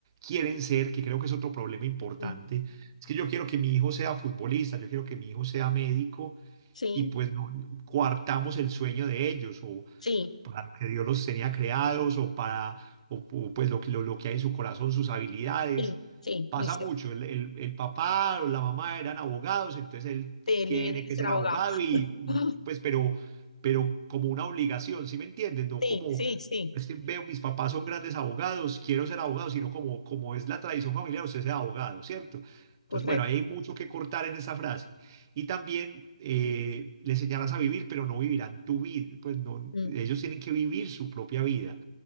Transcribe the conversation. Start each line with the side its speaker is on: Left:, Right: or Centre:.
Right: quieren ser, que creo que es otro problema importante.
Left: mm,
Right: Es que yo quiero que mi hijo sea futbolista, yo quiero que mi hijo sea médico
Left: sí,
Right: y pues no coartamos el sueño de ellos o
Left: sí,
Right: para lo que Dios los tenía creados o para o, o, pues lo, que- lo, lo que hay en su corazón, sus habilidades
Left: sí, sí,
Right: pasa
Left: muy cierto.
Right: mucho. El, el- el papá o la mamá eran abogados, entonces él
Left: Sí,
Right: tiene
Left: el niño debe
Right: que
Left: ser
Right: ser
Left: abogado.
Right: abogado
Left: <laughs>
Right: y, y,
Left: <gasps>
Right: pues, pero, pero como una obligación, ¿sí me entienden? No
Left: Sí,
Right: como,
Left: sí, sí,
Right: es que veo, mis papás son grandes abogados, quiero ser abogado, sino como, como es la tradición familiar, usted sea abogado, ¿cierto? Entonces,
Left: correcto.
Right: bueno, ahí hay mucho que cortar en esa frase. Y también eh, le enseñarás a vivir, pero no vivirán tu vida. Pues no,
Left: Mm,
Right: ellos tienen que vivir su propia vida